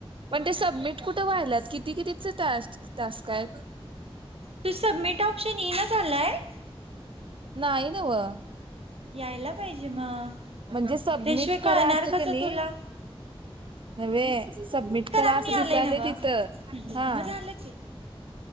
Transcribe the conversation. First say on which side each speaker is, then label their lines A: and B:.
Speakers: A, on the right; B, on the right.
A: पण, ते सबमिट कुठं व्हायलात? किती कितीचेत? टास्क -टास्क काय?
B: तो सबमिट ऑप्शन येईना झालाय-
A: नाही नव्ह.
B: यायला पाहिजे मग
A: म्हणजे सबमिट
B: त्याशिवाय
A: करा
B: कळणार
A: असत
B: कसं
A: का नाही,
B: तुला?
A: नव्हे सबमिट करा
B: म्हणून
A: असं
B: यालय
A: दिसायल
B: नव्ह
A: तिथं हा.
B: मग झालं की.